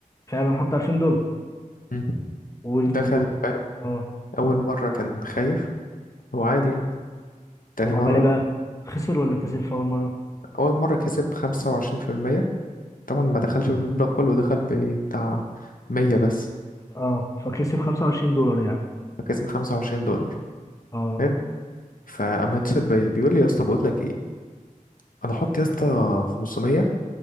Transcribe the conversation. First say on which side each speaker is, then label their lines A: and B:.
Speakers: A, on the left; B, on the left.
A: فعلا حط 2000 دولار
B: مم.
A: و...
B: دخل
A: و...
B: فاهم
A: اه
B: أول مرة كان خايف هو عادي يعني تاني
A: وعمل
B: مرة
A: ايه بقى خسر ولا كسب في اول مره
B: أول مرة كسب خمسة وعشرين في المية طبعا ما دخلش بالمبلغ كله دخل بتاع مية بس
A: اه فكسب 25 دولار يعني
B: فكسب خمسة وعشرين دولار
A: اه
B: حلو فأما اتصل بيا بيقول لي يا اسطى بقول لك ايه أنا هحط يا اسطى خمسمية